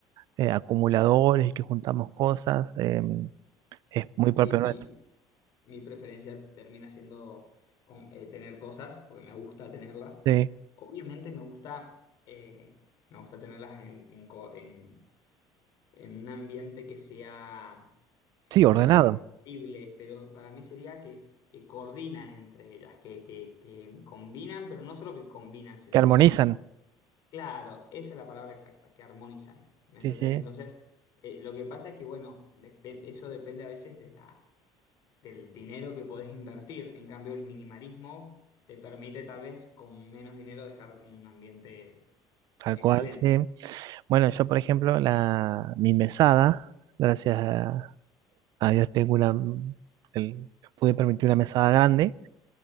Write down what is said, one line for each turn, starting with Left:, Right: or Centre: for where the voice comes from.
Right: eh, acumuladores, y que juntamos cosas, eh, es muy propio
Left: Sí,
Right: nuestro.
Left: mi preferencia termina siendo con- eh, tener cosas, porque me gusta tenerlas.
Right: Sí,
Left: Obviamente me gusta, eh, me gusta tenerlas en, en, co- en- en un ambiente que sea,
Right: sí, ordenado,
Left: iba a decir compatible, pero para mí sería que, que coordinan entre ellas, que, que, que combinan, pero no solo que combinan, sino
Right: que armonizan,
Left: que son, claro, esa es la palabra exacta, que armonizan, ¿me
Right: sí,
Left: entendés?
Right: sí,
Left: Entonces, eh, lo que pasa es que, bueno, depe- eso depende a veces de la del dinero que podés invertir. En cambio, el minimalismo te permite tal vez con menos dinero dejar un ambiente
Right: tal
Left: excelente,
Right: cual, sí. Bueno, yo por ejemplo, la, mi mesada, gracias a, a Dios tengo una, mm, el- pude permitir una mesada grande